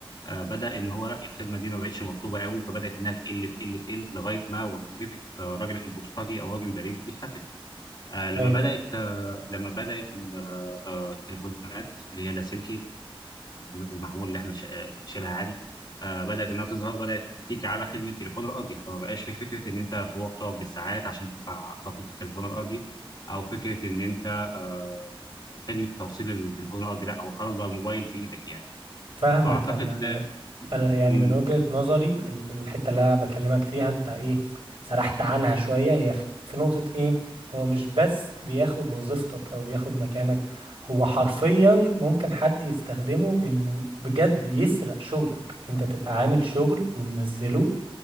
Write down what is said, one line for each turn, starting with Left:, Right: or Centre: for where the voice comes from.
Left: آه بدأ إن هو لا الخدمة دي ما بقتش مطلوبة قوي فبدأت إنها تقل تقل تقل لغاية ما وظيفة آه، راجل البوسطجي أو راجل البريد دي اختفت آه لما
Right: أيوه
Left: بدأت آه لما بدأت ال- آه، آه، التليفونات اللي هي اللاسلكي البيانات المحمول اللي احنا شا- شايلها عادي آه، بدات انها تظهر بدات تيجي على خدمه التليفون الارضي فما بقاش في فكره ان انت تروح تقعد بالساعات عشان تدفع فاتوره التليفون الارضي او فكره ان انت آه، خدمه توصيل التليفون الارضي لا هو خلاص بقى موبايل في ايدك يعني
Right: فاهمك
Left: فاعتقد
Right: انا
Left: آه، م-
Right: انا يعني
Left: م-
Right: من وجهة نظري ال- الحتة اللي انا بكلمك فيها انت ايه سرحت عنها شوية هي في في نقطة ايه هو مش بس بياخد وظيفتك او بياخد مكانك هو حرفيا ممكن حد يستخدمه انه بجد يسرق شغلك انت تبقى عامل شغل ومنزله